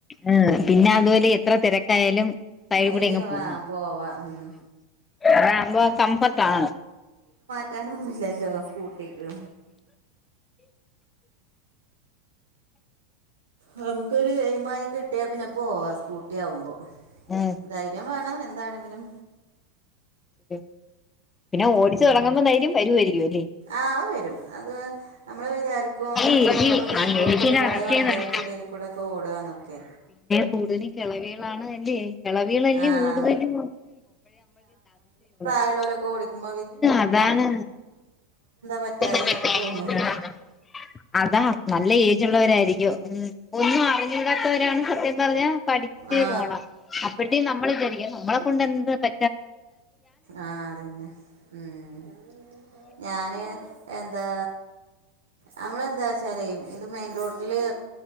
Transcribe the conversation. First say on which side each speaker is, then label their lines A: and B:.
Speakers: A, on the left; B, on the right.
A: ആഹ് പിന്നെ അതൊരു എത്ര തിരക്കായാലും സൈഡ്
B: അയില്
A: കൂടെ അങ്ങ് പോവാ
B: ആഹ് ഉം
A: അതാകുമ്പോ കംഫർട്ട ആണ്
B: കിട്ടാനൊന്നുല്ലല്ലോ സ്കൂട്ടിക്ക് നമുക്കൊരു എയ്മായി കിട്ട്യ പിന്നെ പോവാ കൂട്ട്യാവുമ്പോ
A: ഉം
B: ധൈര്യം വാണം എന്താണെങ്കിലും
A: ഉം പിന്നെ ഓടിച്ചൊടങ്ങമ്പം ദൈര്യം വരുവായിയിരിക്കും അല്ലേ
B: ആഹ് വരും അത് അമ്മള് വിചാര്ക്കും
A: അല്ലേ
B: അങ്ങനെ
A: ഈ
B: നമ്മള്
A: ഈ
B: മെയിൻ റോട്ട്ല്
A: എനിക്കൊരു
B: കൊറേ
A: ആശയംതന്നെ
B: വണ്ട്യാൾക്കിടേൽ കൂടെക്കോട ന്നൊക്കെ
A: കൂടുൽ കെളവ്യാളാണ് അല്ലേ കെളെവ്യാളന്നെ
B: ആഹ്
A: കൂടുതലു <unintelligible>
B: ള്ളോലൊക്കെ ഓടിക്കുമ്പം
A: അതാണ്
B: പറ്റായി
A: <unintelligible>
B: എന്നൊക്കെ തോന്നും
A: അതാ നല്ല ഏജുള്ളവരായിരിക്കും ഉം ഒന്നും അറിഞ്ഞുടാത്തവരാണ് സത്യം പർഞ്ഞ പഠിച്ച്
B: ആ
A: പോണെ അപ്പഴ്ത്തേം നമ്മള് വിജാരിക്കും നമ്മളെ കൊണ്ട് എന്ത് പ
B: ആഹ് അതന്നെ ഉം ഞാന് എന്താ നമ്മളെന്താച്ചാലെ ഇത് മെൻ റോട്ല്